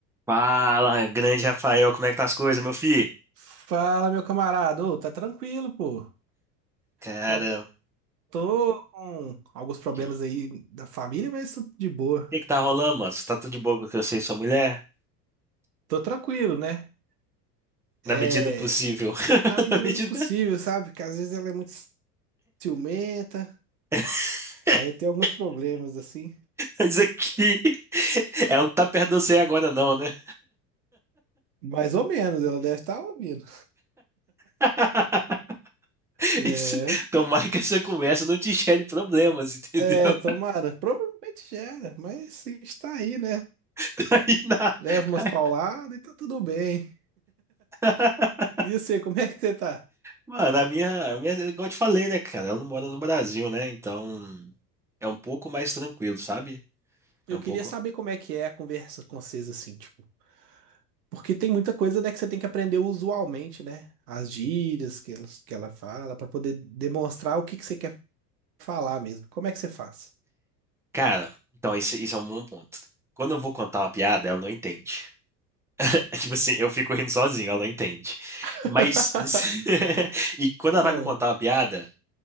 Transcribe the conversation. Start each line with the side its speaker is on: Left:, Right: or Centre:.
Centre: Fala, grande Rafael, como é que tá as coisas, meu filho?
Right: Fala, meu camarada. Ô, tá tranquilo, pô.
Centre: Cara,
Right: Só
Centre: o
Right: tô com alguns problemas
Centre: que,
Right: aí da família, mas tô de boa.
Centre: que que tá rolando, mano? Você tá tudo de boa com que eu sei sua mulher?
Right: Tô tranquilo, né?
Centre: Na
Right: É,
Centre: medida do possível. <laughs>
Right: na medida
Centre: Na medida.
Right: do possível, sabe? Porque às vezes ela é muito ciumenta,
Centre: <laughs>
Right: aí tem alguns problemas, assim.
Centre: Mas aqui. Ela não tá perto de você agora, não, né?
Right: Mais ou menos, ela deve estar ouvindo.
Centre: <laughs>
Right: É,
Centre: Isso... Tomara que essa conversa não te gere problemas, entendeu?
Right: é, tomara. Provavelmente gera, mas a gente tá aí, né?
Centre: <laughs> Aí na-
Right: Leva umas
Centre: aí-
Right: pauladas e tá tudo bem.
Centre: <laughs>
Right: E você, como é que você tá?
Centre: Mano, a minha, a minha, igual eu te falei, né, cara? Ela não mora no Brasil, né? Então é um pouco mais tranquilo, sabe?
Right: Eu
Centre: É um
Right: queria
Centre: pouco.
Right: saber como é que é a conversa com vocês, assim, tipo. Porque tem muita coisa, né, que você tem que aprender usualmente, né? As gírias que, elas- que ela fala, para poder demonstrar o que, que você quer falar mesmo. Como é que você faz?
Centre: Cara, então isso, isso é um bom ponto. Quando eu vou contar uma piada, ela não entende. <laughs> Tipo assim, eu fico rindo sozinho, ela não entende.
Right: <laughs>
Centre: Mas. <laughs> E quando ela vai
Right: É,
Centre: me contar uma piada,